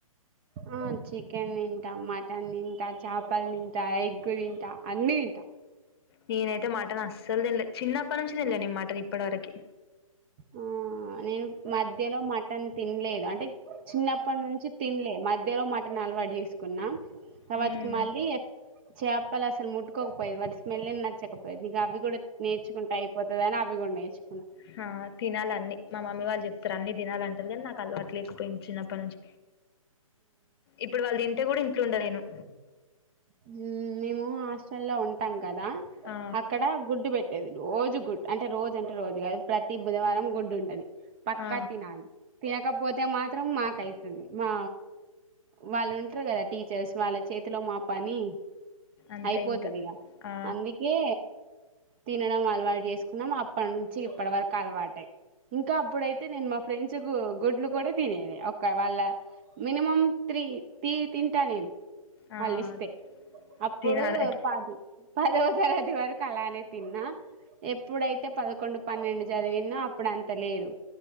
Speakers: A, on the right; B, on the left.
A: ఆ చికెన్ తింట, మటన్ తింట, చాపల్ తింట, ఎగ్గు తింట, అన్నీ తింట.
B: నేనైతే మటన్ అస్సల్ తినలే చిన్నప్ప నుంచ్. తినలే నెన్ మటన్ ఇప్పటి వరకి.
A: ఆ నేను మధ్యల మటన్ తిన్లే అంటే చిన్నప్పటి నుంచి తిన్లే మధ్యలో మటన్. అలవాటు చేేసుకున్నా తరావాతికి
B: హ్మ్.
A: మళ్లీ చాప్ వాళ్ళ అస్సల్ ముట్టుకోకపోయేది వాటి స్మెల్ల్ఏ నచ్చకపోయేది. ఇగ అవి కూడా నేర్చుకుంటే అయిపోత్. అవుగూడ నేర్చిక్
B: హ తి. తినాలన్ని మా మామ్మీ వాళ్ళు చెప్. రు అన్ని దినాల అంటారు కానీ నాకు అలవాటు లేకపోయి చిన్నప్పటి నుంచ్. ఇప్పుడ్ వాళ్ళు తింటే కూడా ఇంట్లో ఉండలేను.
A: ఉహూ మేము హాస్టల్ లో ఉంటాం. కదా!
B: ఆ,
A: అక్కడ గుడ్డు పెట్టేది. రోజు గుడ్ అంటే రోజు అంటే రోజు కాదు ప్రతి బుధవారం గుడ్డు ఉంటది. పక్కా
B: ఆ,
A: తినాలి తిలక్. కాకపోతే మాత్రం మాకయితది మా వాళ్ళుంటరు కదా టీచర్స్ వాళ్ళ చేతిలో మా. పని
B: అంతే
A: అయిపోతది
B: ఇంకా
A: ఇగ
B: ఆ,
A: అందుకే తినడం అలవాటు చేసుకున్నాం. అప్పట్నుంచి ఇప్పటి వరకు అలవాటయింది. ఇంకా అప్పుడైతే నేను మా ఫ్రెండ్స్ కు గుడ్లు కూడా తినేది ఒక వాళ్ళ మినిమం త్రీ తి తింటా నేన్. <inaudible>
B: ఆ,
A: అప్పుడు
B: తినాలే
A: ఉపాధి. పదవ తరగది వరకు అలానే తిన్నా ఎప్పుడైతే పదకొండు పన్నెండు చదివినో అప్పుడు అంత లేదు.